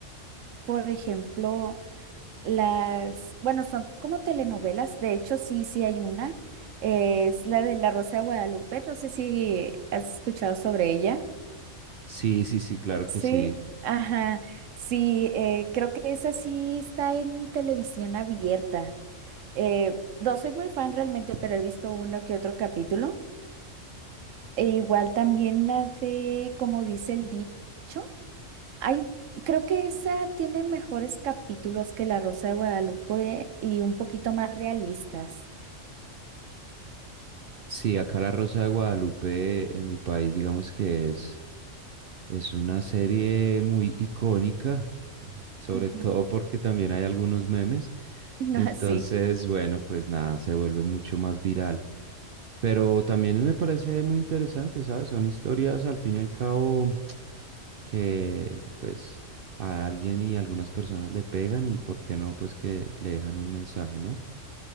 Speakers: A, on the right; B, on the right.
A: por ejemplo, Las, bueno, son como telenovelas, de hecho sí, sí hay una, es la de La Rosa de Guadalupe, no sé si has escuchado sobre ella.
B: Sí, sí, sí, claro
A: Sí,
B: que sí.
A: ajá, sí, eh, creo que esa sí está en televisión abierta. Eh, no soy muy fan realmente, pero he visto uno que otro capítulo. E igual también la de Como dice el dicho. Hay, creo que esa tiene mejores capítulos que La Rosa de Guadalupe y un poquito más realistas.
B: Sí, acá La Rosa de Guadalupe en mi país, digamos que es, es una serie muy icónica, sobre
A: Ujú.
B: todo porque también hay algunos memes.
A: <laughs>
B: Entonces,
A: Ah, sí.
B: bueno, pues nada, se vuelve mucho más viral. Pero también me parece muy interesante, ¿sabes? Son historias al fin y al cabo que pues a alguien y algunas personas le pegan y por qué no, pues que le dejan un mensaje, ¿no?